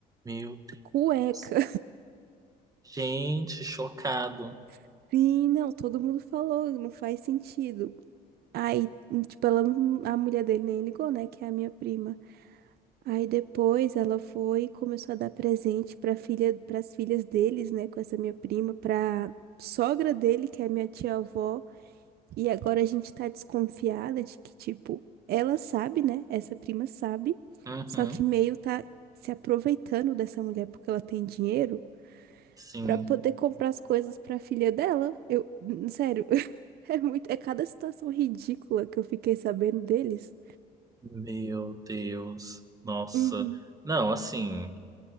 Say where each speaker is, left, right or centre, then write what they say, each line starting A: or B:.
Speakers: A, on the right (about 20°); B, on the right (about 70°).
A: meu Deus.
B: Cueca.
A: Gente, chocado.
B: <laughs> Sim, não, todo mundo falou, não faz sentido. Aí, tipo, ela, não- a mulher dele nem ligou, né? Que é a minha prima. Aí depois ela foi e começou a dar presente para filha, para as filhas deles, né, com essa minha prima, para sogra dele, que é minha tia-avó, e agora a gente tá desconfiada de que tipo, ela sabe, né? Essa prima sabe,
A: Uhum,
B: só que meio tá se aproveitando dessa mulher porque ela tem dinheiro
A: sim.
B: para poder comprar as coisas para filha dela. Eu, n- sério, <laughs> é muito, é cada situação ridícula que eu fiquei sabendo deles.
A: Meu Deus. Nossa.
B: Uhum.
A: Não, assim,